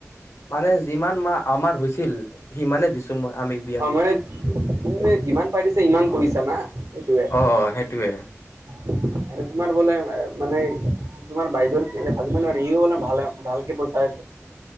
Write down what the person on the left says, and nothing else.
মানে যিমান মাহ আমাৰ হৈছিল, সিমানে দিছোঁ মই। আমি বিয়াটো
অ', সেইটোৱে।